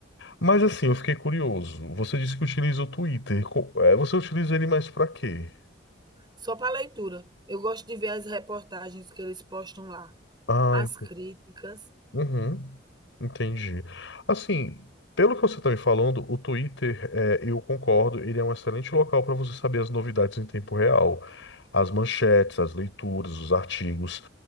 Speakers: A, on the left; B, on the right.
A: Mas assim, eu fiquei curioso. Você disse que utiliza o Twitter. Co- é, Você utiliza ele mais para quê?
B: Só para leitura. Eu gosto de ver as reportagens que eles postam lá,
A: Ah,
B: as críticas.
A: Uhum, entendi. Assim, pelo que você está me falando, o Twitter, é, eu concordo, ele é um excelente local para você saber as novidades em tempo real, as manchetes, as leituras, os artigos.